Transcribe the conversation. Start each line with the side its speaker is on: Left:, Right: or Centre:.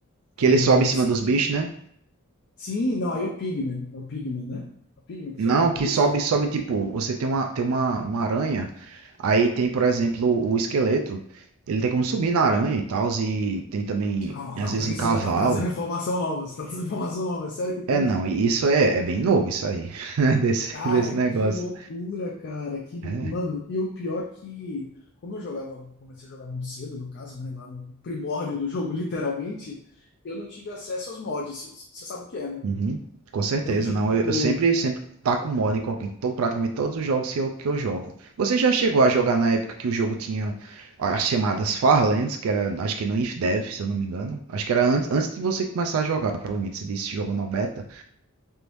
Right: Que ele
Left: É,
Right: sobe em cima
Left: os que-
Right: dos bichos, né?
Left: Sim, não, aí é o Pigman. É o Pigman, né? É o Pigman que
Right: Não,
Left: sobe nos
Right: que
Left: bichos?
Right: sobe, sobe tipo, você tem uma, tem uma, uma aranha, aí tem, por exemplo, o esqueleto, ele tem como subir na aranha e tal, e tem também,
Left: Calma,
Right: às
Left: calma,
Right: vezes,
Left: aí
Right: em cavalo.
Left: você já tá trazendo informação nova. Você tá trazendo informação nova. É sério que tem
Right: É, não,
Left: isso?
Right: e isso é, é bem novo, isso aí, <laughs> desse,
Left: Cara,
Right: desse negócio.
Left: que loucura, cara. Que, mano,
Right: É.
Left: e o pior que, como eu jogava, comecei a jogar muito cedo, no caso, né? Lá no primórdio do jogo, <laughs> literalmente, eu não tive acesso aos mods. Você sabe o que é, né?
Right: Uhum. Com certeza,
Left: Então, tipo,
Right: não. Eu, eu sempre, sempre taco moda em qualquer, em to- praticamente todos os jogos que eu, que eu jogo. Você já chegou a jogar na época que o jogo tinha as chamadas Farlands, que era, acho que no InfDev, se eu não me engano. Acho que era antes, antes de você começar a jogar, provavelmente. Você disse que jogou na beta,